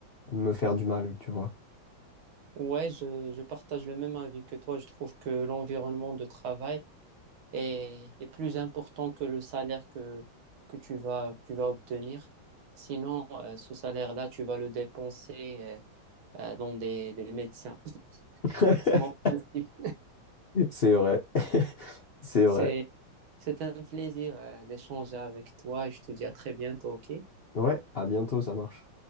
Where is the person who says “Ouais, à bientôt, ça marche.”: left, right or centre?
Left